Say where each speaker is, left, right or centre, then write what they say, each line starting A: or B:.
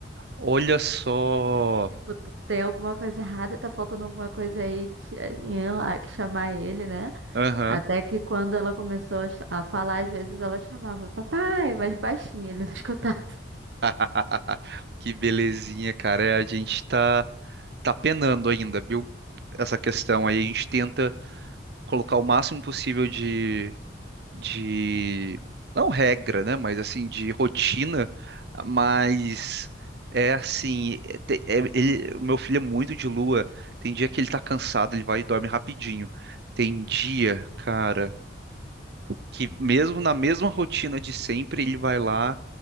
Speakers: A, on the right; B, on the right.
A: Olha só.
B: Tipo, t- tem alguma coisa errada, tá faltando alguma coisa aí, tinha lá que chamar ele, né?
A: Aham.
B: Até que quando ela começou a, ch- a falar, às vezes ela chamava papai, mas baixinho, ele não <laughs> escutava.
A: <laughs> Que belezinha, cara. É, a gente tá, tá penando ainda, viu? Essa questão aí. A gente tenta colocar o máximo possível de, de... Não regra, né? Mas assim, de rotina. Mas é assim... é te- é- ele, o meu filho é muito de lua. Tem dia que ele tá cansado, ele vai e dorme rapidinho. Tem dia, cara... que mesmo na mesma rotina de sempre, ele vai lá